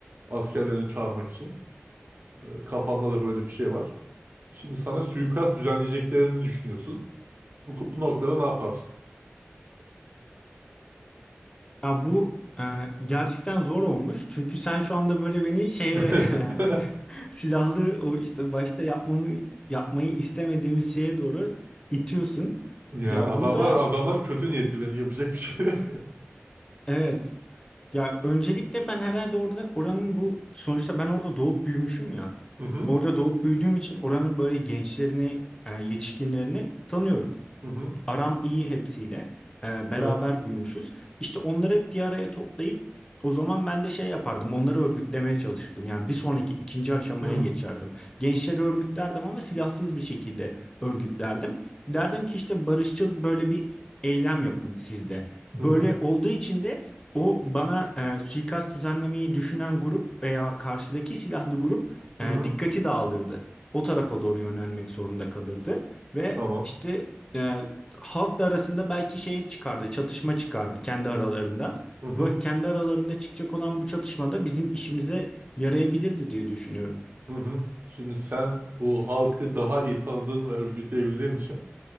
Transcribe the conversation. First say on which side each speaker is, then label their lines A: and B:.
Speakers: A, on the right; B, on the left.
A: askerlerini çağırmak için. E, Kafanda da böyle bir şey var. Şimdi sana suikast düzenleyeceklerini düşünüyorsun. Bu, bu noktada ne yaparsın?
B: Ya bu e, gerçekten zor olmuş. Çünkü sen şu anda böyle beni şeye
A: <laughs>
B: <laughs> silahlı o işte başta yapmamı yapmayı istemediğimiz şeye doğru itiyorsun.
A: Yani
B: Ya
A: adamlar
B: burada
A: adamlar kötü niyetli benim yapacak bir şey yok.
B: evet. Ya öncelikle ben herhalde orada oranın bu sonuçta ben orada doğup büyümüşüm ya.
A: <laughs> Hı hı.
B: Orada doğup büyüdüğüm için oranın böyle gençlerini, e, yetişkinlerini tanıyorum.
A: hı hı.
B: Aram iyi hepsiyle. Ee,
A: Evet.
B: beraber büyümüşüz. İşte onları bir araya toplayıp o zaman ben de şey yapardım. Onları örgütlemeye çalışırdım. Yani bir sonraki ikinci aşamaya
A: Hı hı.
B: geçerdim. Gençleri örgütlerdim ama silahsız bir şekilde örgütlerdim. Derdim ki işte barışçıl böyle bir eylem yapın sizde. Böyle
A: Hı hı.
B: olduğu için de o bana e, suikast düzenlemeyi düşünen grup veya karşıdaki silahlı grup
A: Hı
B: e,
A: hı.
B: dikkati dağılırdı. O tarafa doğru yönelmek zorunda kalırdı ve
A: Tamam.
B: işte e, halk da arasında belki şey çıkardı, çatışma çıkardı kendi aralarında.
A: Hı hı.
B: Ve kendi aralarında çıkacak olan bu çatışmada bizim işimize yarayabilirdi diye düşünüyorum.
A: Hı hı. Şimdi sen bu halkı daha iyi tanıdığın ve örgütleyebildiğin için